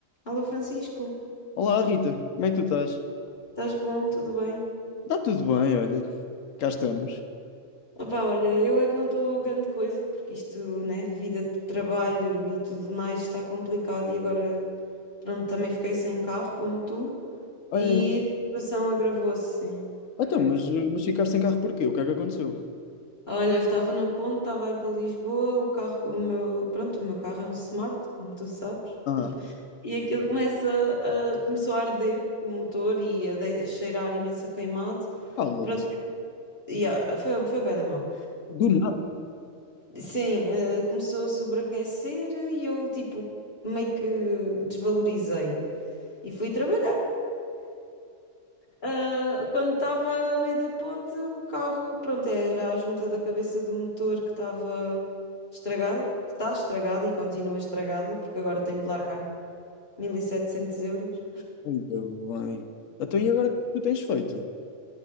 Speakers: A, on the left; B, on the left.
A: Alô Francisco,
B: Olá Rita, como é que tu estás?
A: estás bom? Tudo bem?
B: Está tudo bem, olha, cá estamos.
A: Opa, olha, eu é que não estou grande coisa, porque isto, né, vida de trabalho e tudo mais está complicado e agora, pronto, também fiquei sem carro, como tu, e
B: É,
A: a situação agravou-se, sim.
B: então, mas, eh, mas ficaste sem carro porquê? O que é que aconteceu?
A: Olha, eu estava na ponte, estava aí para Lisboa, o carro, o meu, pronto, o meu carro é um Smart, como tu sabes,
B: Ah,
A: e aquilo começa a, começou a arder, o motor, e a, dei- a cheirar imenso a queimado.
B: fala-te,
A: Pronto, yeah, foi, foi bem da mão.
B: do nada.
A: Sim, eh, começou a sobreaquecer e eu, tipo, meio que desvalorizei e fui trabalhar. Ah, quando estava a meio da ponte, o carro, pronto, era a junta da cabeça do motor que estava estragada, que está estragada e continua estragada, porque agora tenho de largar 1700 euros.
B: Ainda bem. Então e agora o que é que tu tens feito?